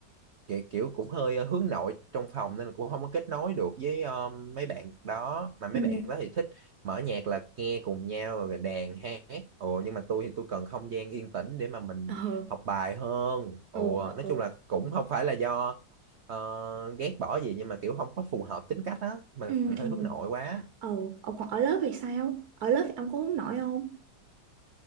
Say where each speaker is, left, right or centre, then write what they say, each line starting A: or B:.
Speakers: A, on the right (about 80°); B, on the right (about 65°).
A: kiểu, kiểu cũng hơi ờ, hướng nội trong phòng nên là cũng không có kết nối được với ờ, mấy bạn đó mà mấy
B: ừ,
A: bạn đó thì thích mở nhạc là nghe cùng nhau rồi đàn hát ồ nhưng mà tôi thì tôi cần không gian yên tĩnh để mà mình
B: ờ,
A: học bài hơn ồ
B: ờ,
A: nói
B: ờ,
A: chung là cũng không phải là do ờ, ghét bỏ gì nhưng mà kiểu không có phù hợp tính cách á mình
B: ừ,
A: hơi
B: ừ,
A: hướng nội quá
B: ờ, Ờ, còn ở lớp thì sao? Ở lớp thì ông có hướng nội không?